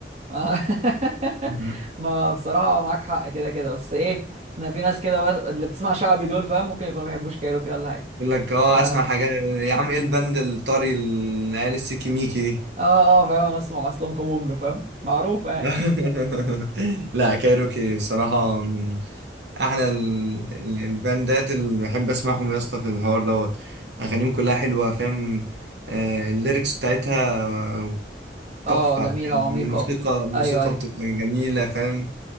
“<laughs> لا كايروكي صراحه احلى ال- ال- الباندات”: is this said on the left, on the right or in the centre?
Right